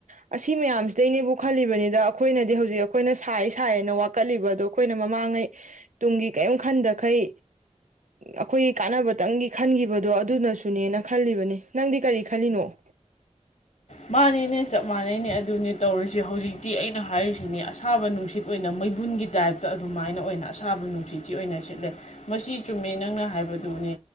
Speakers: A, on the right; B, on the left.
A: ꯑꯁꯤ ꯃꯌꯥꯝꯁꯤꯗꯩꯅꯦꯕꯨ ꯈꯜꯂꯤꯕꯅꯤꯗ ꯑꯩꯈꯣꯏꯅꯗꯤ ꯍꯧꯖꯤꯛ ꯑꯩꯈꯣꯏꯅ ꯁꯥꯏ ꯁꯥꯏꯌꯦꯅ ꯋꯥꯀꯠꯂꯤꯕꯗꯣ ꯑꯩꯈꯣꯏꯅ ꯃꯃꯥꯡꯉꯩ ꯇꯨꯡꯒꯤ ꯀꯔꯤꯝ ꯈꯟꯗꯈꯩ ꯑꯩꯈꯣꯏꯒꯤ ꯀꯥꯟꯅꯕꯇꯪꯒꯤ ꯈꯟꯈꯤꯕꯗꯣ ꯑꯗꯨꯅꯁꯨꯅꯦꯅ ꯈꯜꯂꯤꯕꯅꯤ ꯅꯪꯗꯤ ꯀꯔꯤ ꯈꯜꯂꯤꯅꯣ
B: ꯃꯥꯅꯦꯅꯦ ꯆꯞ ꯃꯥꯟꯅꯩꯅꯦ ꯑꯗꯨꯅꯦ ꯇꯧꯔꯤꯁꯦ ꯍꯧꯖꯤꯛꯇꯤ ꯑꯩꯅ ꯍꯥꯏꯔꯤꯁꯤꯅꯦ ꯑꯁꯥꯕ ꯅꯨꯡꯁꯤꯠ ꯑꯣꯏꯅ ꯃꯩꯕꯨꯟꯒꯤ ꯇꯥꯏꯞꯇ ꯑꯗꯨꯃꯥꯏꯅ ꯑꯣꯏꯅ ꯑꯁꯥꯕ ꯅꯨꯡꯁꯤꯠꯁꯤ ꯑꯣꯏꯅ ꯁꯤꯠꯂꯦ ꯃꯁꯤ ꯆꯨꯝꯃꯦ ꯅꯪꯅ ꯍꯥꯏꯕꯗꯨꯅꯦ